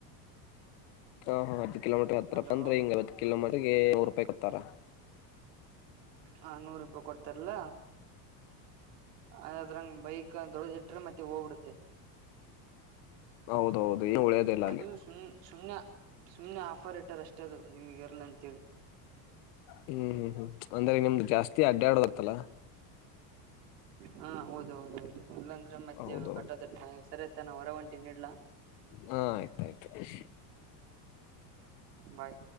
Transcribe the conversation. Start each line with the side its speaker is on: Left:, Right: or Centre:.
Left: ಹಾ ಹಾ ಹ ಕಿಲೋಮೀಟರ್ ಹತ್ತ
Right: ಅಲೋ
Left: ರೂಪಾಯಿ ಅಂದ್ರೆ ಹಿಂಗ ಅತ್ ಕಿಲೋಮೀಟರಿಗೆ ನೂರು ರೂಪಾಯಿ ಕೊಡ್ತಾರಾ
Right: ಹಾ ನೂರು ರೂಪಾಯಿ ಕೊಡ್ತಾರಲ್ಲ ಅದ್ರಂಗ ಬೈಕ್ ದೊಡ್ಡ ಇಟ್ರೆ ಮತ್ತೆ ಹೋಗ್ಬಿಡುತ್ತೆ
Left: ಹೌದೌದು ಏನು ಉಳಿಯೋದಿಲ್ಲ
Right: ಅದು
Left: ಅಲ್ಲಿ
Right: ಸುನ್ ಶುನ್ಯ ಸುಮ್ನೆ ಆಫರ್ ಇಟ್ಟಾರ ಅಷ್ಟೇ ಅದು ನಿಮಗೆ ಇರ್ಲ ಅಂತೇಳಿ
Left: ಹ್ಮ್ ಹ್ಮ್ ಹ್ಮ್ ಅಂದ್ರೆ ನಿಮ್ದು ಜಾಸ್ತಿ ಅಡ್ಡಾಡದಿತ್ತಲ್ಲ
Right: ಹ್ಮ ಹಾ ಹೌದೌದೌದು ಇಲ್ಲಾಂದ್ರೆ ಮತ್ತೆ
Left: ಹೌದೌದು
Right: ಕಟ್ಟೋದರ್ತ ಸರಿಯತ ನಾ ಹೊರ ಒಂಟಿನಿಡ್ಲಾ
Left: ಹಾ ಆಯ್ತ ಆಯ್ತು
Right: ಬಾಯ್